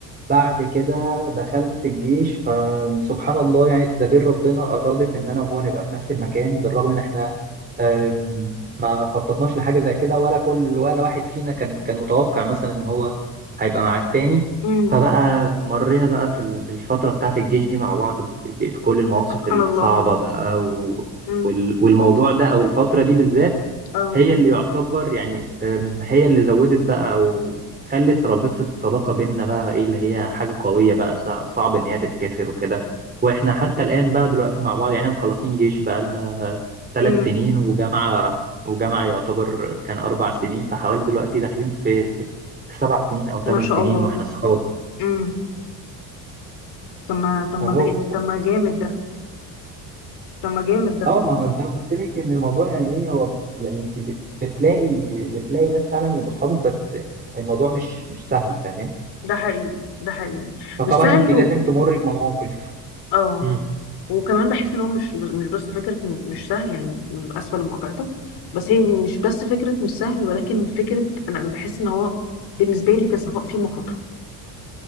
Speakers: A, on the right; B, on the left.
A: بعد كده دخلت الجيش فسبحان الله يعني تدابير ربنا أرادت إن أنا وهو نبقى في نفس المكان بالرغم إن إحنا أم، ما خططناش لحاجة زي كده ولا كل ولا واحد فينا كان كان متوقع مثلا إن هو هيبقى مع التاني
B: امم
A: فبقى مرينا بقى في ال- في الفترة بتاعة الجيش دي مع بعض ب- ب- بكل المواقف
B: سبحان
A: الصعبة
B: الله
A: بقى و-
B: امم
A: وال- والموضوع ده أو الفترة دي بالذات
B: اه
A: هي اللي يعتبر يعني أم، هي اللي زودت بقى او خلت رابطة الصداقة بيننا بقى ايه اللي هي حاجة قوية بقى صع- صعب ان هي تتكسر وكده واحنا حتى الآن بقى دلوقتي مع بعض يعني احنا مخلصين جيش بقى لنا ثلاث
B: امم
A: سنين وجامعة وجامعة يعتبر كان أربع سنين فحوالي دلوقتي داخلين في في سبع سنين أو ثمان
B: ما شاء
A: سنين
B: الله
A: واحنا صحاب
B: امم طب ما طب ما
A: فهو
B: ده طب ما جامد ده طب ما جامد ده
A: اه ما هو زي ما قلت لك ان الموضوع يعني ايه هو يعني انت بت- بتلاقي بتلاقي ناس فعلا يبقوا اصحابك بس الموضوع مش مش سهل فاهمين
B: ده حقيقي ده حقيقي
A: فطبعا
B: مش سهل
A: انت لازم
B: و...
A: تمر بمواقف
B: اه
A: امم
B: وكمان بحس ان هو مش مش بس فكره إن مش سهل يعني اسفه لمقاطعتك بس هي مش بس فكره مش سهل ولكن فكره انا أنا بحس ان هو بالنسبه لي كصفاء فيه مخاطره